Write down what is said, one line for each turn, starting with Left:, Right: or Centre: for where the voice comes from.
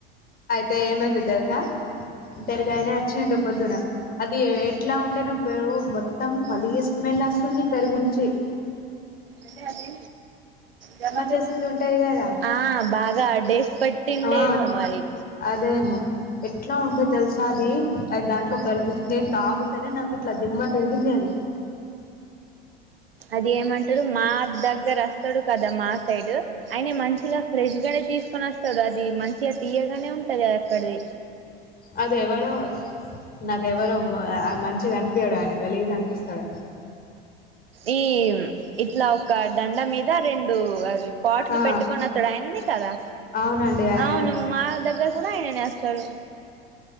Left: అయితే ఏమైందో తెల్సా పెరుగయన వచ్చిండి పొద్దున అది ఎట్లా ఉండేనో పెరుగు మొత్తం గలీజ్ స్మెల్ వస్తుంది పెరుగునించి
Right: అంటే అది జమ
Left: చేసింది ఉంటాయి కదా
Right: ఆ బాగా డేస్ పట్టిండేమోమ్మరి
Left: ఆ అదేమో ఎట్లా ఉండే తెల్సా అది అది దాంట్లో కల్పి నేను తాగుతేనే నాకు ఇట్లా దిమ్మత్ పెరిగింది అది
Right: అది ఏమంటాడు మా దగ్గర వస్తాడు కదా మా సైడ్ అయినే మంచిగా ఫ్రెష్గానే తీసుకొని వస్తాడు అది మంచిగా తీయగానే ఉంటుది అ అక్కడిది
Left: అది ఎవరో నాకు ఎవరో మంచిగా అన్పియడు ఆయన గలీజ్ అనిపిస్తడు సన
Right: ఈ ఇట్లా ఒక దండ మీద రెండు అది పాట్లు
Left: ఆ
Right: పెట్టుకుని వత్తాడు ఆయిననే కదా
Left: అవునండి ఆయననే
Right: అవును మా దగ్గర కూడా ఆయననేేస్తాడు